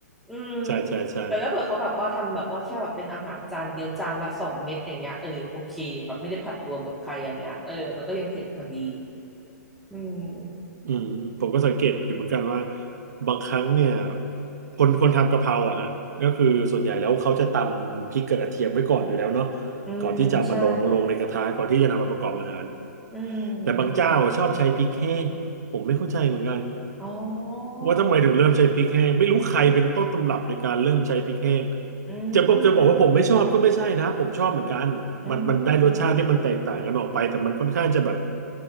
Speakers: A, in the centre; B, on the right.
A: อืม
B: ใช่ใช่ใช่
A: แต่ถ้าเผื่อเขาแบบว่าทำแบบว่าแค่แบบเป็นอาหารจานเดียวจานละสองเม็ดอย่างเงี้ยเออโอเคแบบไม่ได้ผัดรวมกับใครอย่างเงี้ยเออมันก็ยังเผ็ดพอดีอืม
B: อืมผมก็สังเกตอยู่เหมือนกันว่าบางครั้งเนี่ยคนคนทำกะเพราอะฮะก็คือส่วนใหญ่แล้วเขาจะตำพริกกับกระเทียมไว้ก่อนอยู่แล้วเนาะ
A: อืมใช่
B: ก่อนที่จะเอามาลงลงในกระทะก่อนที่จะนำมาประกอบอาหาร
A: อื
B: แต่บางเจ้าชอบใช้พริกแห้งผมไม่เข้าใจเหมือนกัน
A: มอ๋อ
B: ว่าทำไมถึงเริ่มใช้พริกแห้งไม่รู้ใครเป็นต้นตำรับในการเริ่มใช้พริกแห้ง
A: อื
B: จะบอกจะบอกว่าผมไม่ชอบก็ไม่ใช่นะผมชอบเหมือนกันมันมันได้รสชาติที่มันแตกต่างกันออกไปแต่มันค่อนข้างจะแบบ
A: มอืม